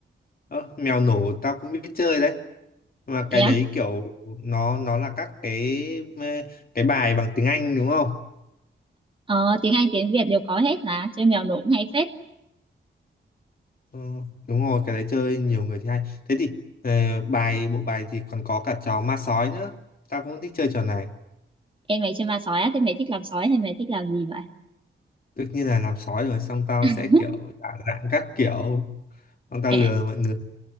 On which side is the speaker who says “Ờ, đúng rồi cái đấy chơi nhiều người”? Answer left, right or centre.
Left